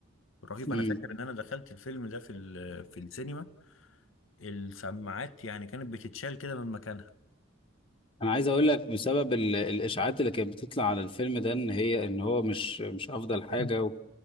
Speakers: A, on the left; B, on the left.
A: رهيبة
B: امم
A: أنا فاكر إن أنا دخلت الفيلم ده في ال- في السينما السماعات يعني كانت بتتشال كده من مكانها
B: انا عايز اقول لك بسبب ال... الاشاعات اللي كانت بتطلع على الفيلم ده ان هي ان هو مش مش افضل حاجه
A: <clears throat>
B: و...